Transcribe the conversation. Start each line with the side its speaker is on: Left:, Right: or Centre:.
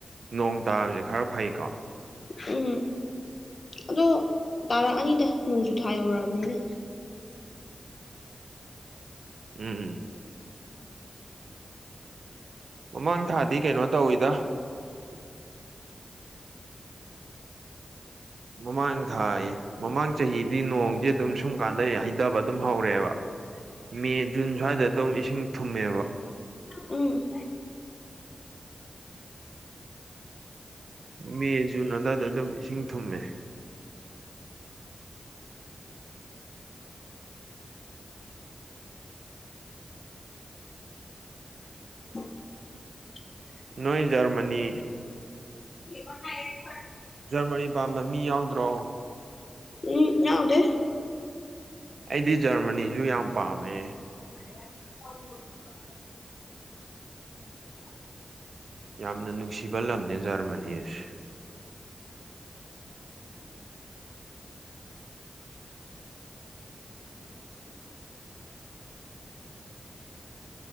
Right: ꯅꯣꯡ ꯇꯥꯕꯁꯦ ꯈꯔ ꯐꯩꯀꯣ
Left: ꯎꯝ ꯑꯗꯣ ꯇꯥꯔꯛꯑꯅꯤꯗ ꯅꯣꯡꯖꯨ ꯊꯥ ꯌꯧꯔꯛꯑꯕꯅꯤꯅ
Right: ꯎꯝ ꯃꯃꯥꯡ ꯊꯥꯗꯤ ꯀꯩꯅꯣ ꯇꯧꯋꯤꯗ ꯃꯃꯥꯡ ꯊꯑ ꯃꯃꯥꯡ ꯆꯍꯤꯗꯤ ꯅꯣꯡꯗꯤ ꯑꯗꯨꯝ ꯁꯨꯝ ꯀꯥꯟꯗ ꯍꯩꯊꯕ ꯑꯗꯨꯝ ꯍꯧꯔꯦꯕ ꯃꯦ ꯖꯨꯟ ꯁ꯭ꯋꯥꯏꯗ ꯑꯗꯨꯝ ꯏꯁꯤꯡ ꯊꯨꯝꯃꯦꯕ
Left: ꯎꯝ
Right: ꯃꯦ ꯖꯨꯟ ꯑꯗꯨꯋꯥꯏꯗ ꯑꯗꯨꯝ ꯏꯁꯤꯡ ꯊꯨꯝꯃꯦ
Left: <unintelligible>
Right: ꯅꯣꯏ ꯖꯔꯃꯅꯤ
Left: ꯕꯉ ꯈ
Right: ꯖꯔꯃꯅꯤ ꯄꯥꯟꯕꯥꯝꯕ ꯃꯤ ꯌꯥꯎꯗ꯭ꯔꯣ
Left: ꯎꯝ ꯌꯥꯥꯎꯗꯦ
Right: ꯑꯩꯗꯤ ꯖꯔꯃꯅꯤꯁꯨ ꯌꯥꯝ ꯄꯥꯝꯃꯦ
Left: ꯥꯎ ꯎ
Right: ꯌꯥꯝꯅ ꯅꯨꯡꯁꯤꯕ ꯂꯝꯅꯦ ꯖꯔꯃꯅꯤꯁꯦ
Left: ꯎꯝ <inaudible>